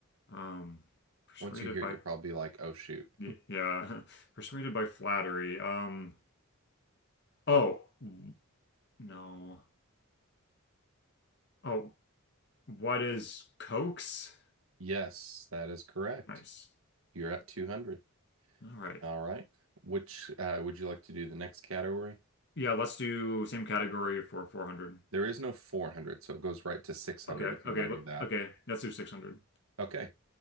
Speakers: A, on the left; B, on the right.
A: Um, persuaded
B: Once you hear
A: by
B: it, you'll probably be like, oh, shoot.
A: y- yeah, <laughs> persuaded by flattery. Um, oh w- no. Oh, what is coax?
B: Yes, that is correct.
A: Nice.
B: You're at 200.
A: All right.
B: All right. Which uh, would you like to do the next category?
A: Yeah, let's do same category for 400.
B: There is no 400, so it goes right to 600
A: Okay,
B: if you
A: okay,
B: want
A: well,
B: to do that.
A: okay. Let's do 600.
B: Okay.